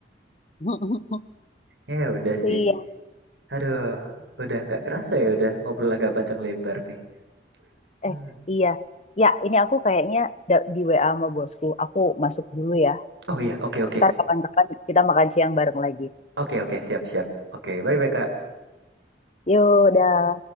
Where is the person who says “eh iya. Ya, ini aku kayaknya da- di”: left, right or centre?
Left